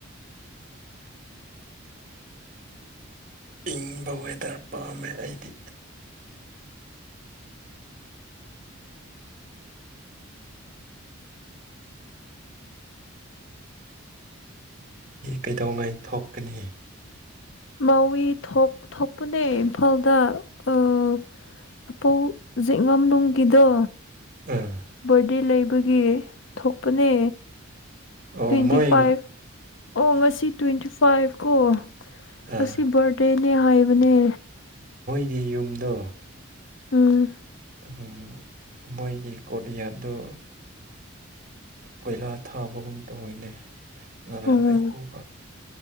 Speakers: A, on the right (about 40°); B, on the left (about 65°).
A: ꯏꯪꯕ ꯋꯦꯗꯔ ꯄꯥꯝꯃꯦ ꯑꯩꯗꯤ ꯀꯩꯗꯧꯉꯥꯏ ꯊꯣꯛꯀꯅꯤ
B: ꯃꯥꯋ ꯊꯣꯛꯄꯅꯦ ꯏꯝꯐꯥꯜꯗꯄꯧꯖꯤꯛꯉꯝꯅꯨꯡꯒꯤꯗꯣ
A: ꯑꯥ
B: ꯕꯥꯔꯗꯦ ꯂꯩꯕꯒꯤ ꯊꯣꯛꯄꯅꯦ
A: ꯑꯣ
B: ꯇ꯭ꯋꯦꯟꯇꯤ
A: ꯃꯣꯏ
B: ꯐꯥꯏꯚ ꯑꯣ ꯉꯁꯤ ꯇ꯭ꯋꯦꯟꯇꯤ ꯐꯥꯏꯚ ꯀꯣ
A: ꯑꯥ
B: ꯉꯁꯤ ꯚꯥꯔꯠ ꯇꯦꯅꯦ ꯍꯥꯏꯕꯅꯦ
A: ꯒꯤ ꯌꯨꯝꯗꯣ
B: ꯎꯝ
A: ꯎꯝ ꯃꯣꯏꯒꯤ ꯀꯣꯠꯔꯤꯌꯥꯔꯗꯨꯣ ꯀꯣꯏꯂꯥ ꯊꯥꯕꯒꯨꯝ ꯇꯧꯏꯅꯦ ꯉꯔꯥꯡ
B: ꯎꯝ
A: ꯑꯩ ꯎꯕ